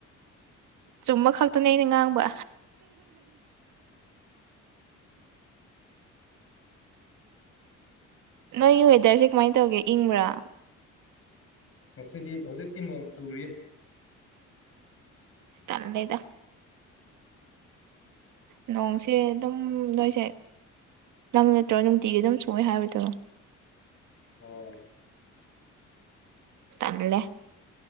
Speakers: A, on the right; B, on the left.
A: ꯆꯨꯝꯕ ꯈꯛꯇꯅꯦ ꯑꯩꯅ ꯉꯥꯡꯕ ꯅꯣꯏꯒꯤ ꯋꯦꯗꯔꯁꯤ ꯀꯃꯥꯏ ꯇꯧꯒꯦ ꯏꯪꯕ꯭ꯔꯥ
B: ꯉꯁꯤꯗꯤ ꯍꯧꯖꯤꯛꯇꯤ ꯅꯣꯡ ꯆꯨꯔꯤ
A: ꯇꯜꯂꯦꯗꯥ ꯅꯣꯡꯁꯤ ꯑꯗꯨꯝ ꯅꯣꯏꯁꯦ ꯅꯪ ꯅꯠꯇ꯭ꯔꯣ ꯅꯨꯡꯇꯤꯒꯤ ꯑꯗꯨꯝ ꯆꯨꯏꯌꯦ ꯍꯥꯏꯕꯗꯨ
B: ꯍꯣꯏ
A: ꯇꯜꯂꯦ